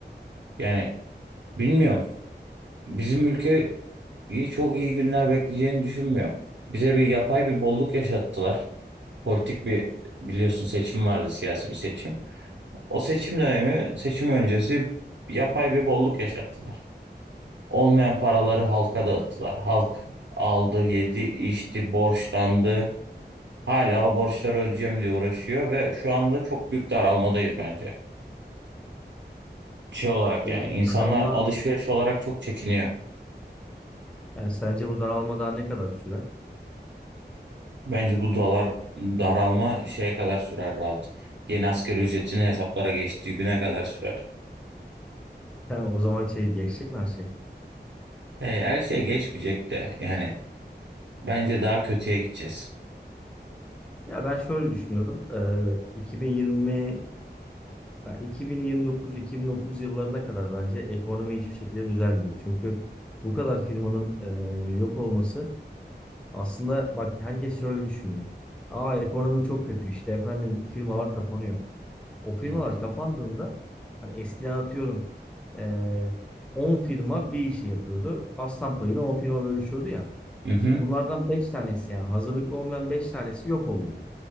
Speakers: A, on the right; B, in the centre.
A: Yani bilmiyorum. Bizim ülkeyi çok iyi günler bekleyeceğini düşünmüyorum. Bize bir yapay bir bolluk yaşattılar. Politik bir biliyorsun seçim vardı siyasi bir seçim. O seçim dönemi seçim öncesi yapay bir bolluk yaşattılar. Olmayan paraları halka dağıttılar. Halk aldı, yedi, içti, borçlandı. Hala o borçları ödeyeceğim diye uğraşıyor ve şu anda çok büyük daralmadayız bence. Şey olarak
B: Peki
A: yani insanlar
B: bu daralma,
A: alışveriş olarak çok çekiniyor.
B: yani sence bu daralma daha ne kadar sürer?
A: Bence bu dolar daralma şeye kadar sürer rahat. Yeni asgari ücretin hesaplara geçtiği güne kadar sürer.
B: Yani o zaman şey geçecek mi her şey?
A: Yani her şey geçmeyecek de yani bence daha kötüye gideceğiz.
B: Ya ben şöyle düşünüyorum. E, 2020 ya 2029-2030 yıllarına kadar bence ekonomi hiçbir şekilde düzelmeyecek. Çünkü bu kadar firmanın e, yok olması aslında bak herkes şöyle düşünüyor. Aa ekonomi çok kötü işte efendim firmalar kapanıyor. O firmalar
A: Evet.
B: kapandığında hani eskiden atıyorum eee 10 firma bir işi yapıyordu. Aslan payını 10 firma bölüşüyordu ya.
A: Mhm.
B: Şimdi bunlardan 5 tanesi yani hazırlıklı olmayan 5 tanesi yok oldu.